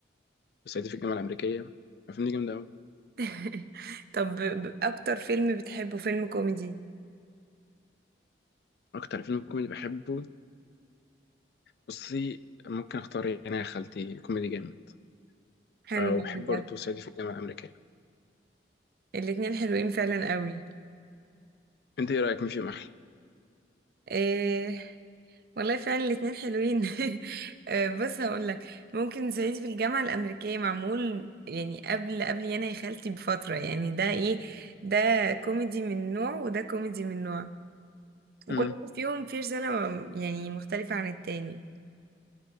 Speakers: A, on the left; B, on the right.
A: وصعيدي في الجامعة الأمريكية الأفلام دي جامدة أوي
B: <laughs> طب أكتر فيلم بتحبه فيلم كوميدي
A: أكتر فيلم كوميدي بحبه بصي ممكن اختار انا يا خالتي كوميدي جامد
B: حلو
A: أه وبحب برضه
B: ده
A: صعيدي في الجامعه الامريكيه
B: الاتنين حلوين فعلا قوي
A: انت ايه رايك مين فيهم احلى
B: إيه والله فعلا الاتنين حلوين <laughs> آه، بص هقول لك ممكن صعيدي في الجامعة الأمريكية معمول يعني قبل قبل يانا يا خالتي بفترة يعني ده ايه ده كوميدي من نوع وده كوميدي من نوع وكل
A: امم
B: واحد فيهم فيه رسالة يعني مختلفة عن التاني